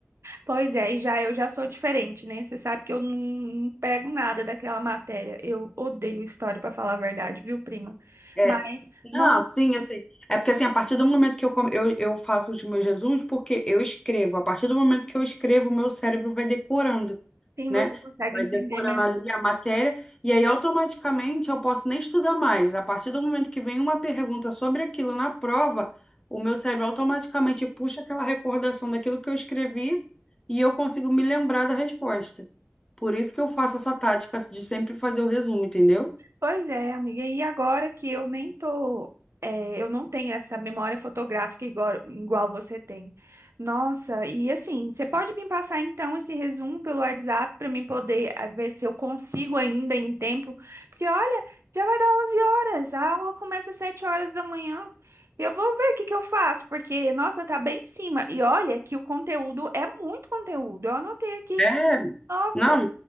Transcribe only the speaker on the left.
é,
Não, sim, assim. É porque assim, a partir do momento que eu, come- eu, eu faço os meus resumos, porque eu escrevo, a partir do momento que eu escrevo, o meu cérebro vai decorando,
né?
Vai
decorando
ali a matéria, e aí automaticamente eu posso nem estudar mais. A partir do momento que vem uma pergunta sobre aquilo na prova, o meu cérebro automaticamente puxa aquela recordação daquilo que eu escrevi e eu consigo me lembrar da resposta. Por isso que eu faço essa tática de sempre fazer o resumo, entendeu?
É,
não,